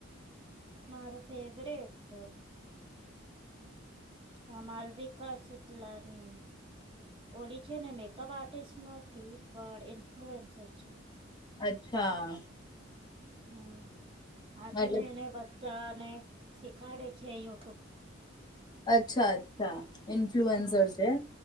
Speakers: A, on the right (about 25°); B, on the left (about 20°).
A: મારું ફેવરેટ અહ માલવિકા શીતલાની. ઓલી છેને મેકઅપ આર્ટિસ્ટ નથ થી પણ ઇન્ફ્લુએન્સર છે.
B: અચ્છા.
A: હમ્મ. હા છે
B: એટલે
A: ને, એને <unintelligible> તા અને શીખાડે છે <unintelligible> <unintelligible>
B: અચ્છા-અચ્છા. ઇન્ફ્લુઅન્ઝર
A: હમ
B: છે,